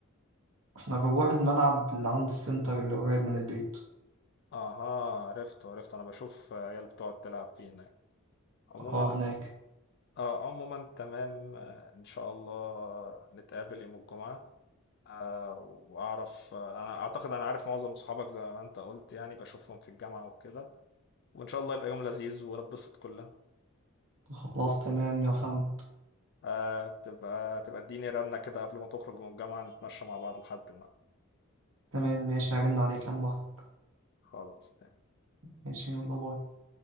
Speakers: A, on the right; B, on the left.
A: احنا بنروح الملعب اللي عند السنتر اللي قريب من البيت
B: اها عرفت عرفت انا بشوف عيال بتقعد تلعب فيه هناك عموما
A: اه هناك
B: اه عموما تمام آه، ان شاء الله نتقابل يوم الجمعة آه، واعرف آه، انا اعتقد انا عارف معظم صحابك زي ما انت قلت يعني بشوفهم في الجامعة وكده وإن شاء الله يبقى يوم لذيذ ونتبسط كلنا
A: خلاص تمام يا محمد
B: آه تبقى تبقى اديني رنة كده قبل ما تخرج من الجامعة نتمشى مع بعض لحد ما
A: تمام ماشي هرن عليك لما أخرج
B: خلاص تمام
A: ماشي يلا باي